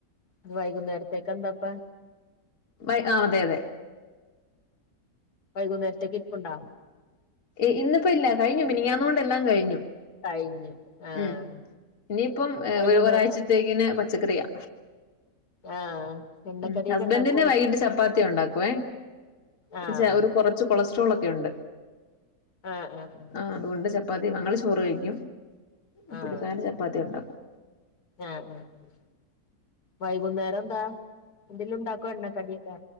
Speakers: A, on the left (about 80°); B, on the left (about 55°).
A: ഇന്ന് വൈകുന്നേര്ത്തേക്കെന്താപ്പാ
B: വയ് ആഹ് അതെ അതെ
A: വയ്കുന്നേര്ത്തേക്ക് ഇര്പ്പുണ്ടാ
B: ഇ ഇന്ന്പ്പ ഇല്ല കഴിഞ്ഞു മിനിയാന്ന് കൊണ്ട് എല്ലാം കഴിഞ്ഞു
A: കഴിഞ്ഞു ആഹ്
B: ഉം ഇനിയിപ്പം ഏഹ്
A: വൈകുന്നേരം
B: ഒര് ഒരാഴ്ച ത്തേക്ക്ന് പച്ചക്കറിയാ
A: ആഹ് എണ്ണക്കടിയൊക്കെ
B: ഉം ഹസ്ബന്റിന്
A: ഉണ്ടാക്കുവായിരുന്നു
B: വൈകിട്ട് ചപ്പാത്തി ഉണ്ടാക്കുവേ
A: ആഹ്
B: ച്ചാ ഒര് കാെറച്ച് കൊളസ്ട്രോളൊക്കെ ഒണ്ട്
A: ആഹ് ആഹ് ആഹ്
B: ആഹ് അത്കൊണ്ട് ചപ്പാത്തി ഞങ്ങള് ചോറ് കഴിക്കും
A: ആഹ്
B: പുള്ളിക്കാരന് ചപ്പാത്തി ഒണ്ടാക്കും
A: ആഹ് ആഹ് അഹ് വൈകുന്നേരെന്താ എന്തേലുംണ്ടാക്കോ എണ്ണക്കട്യൊക്കെ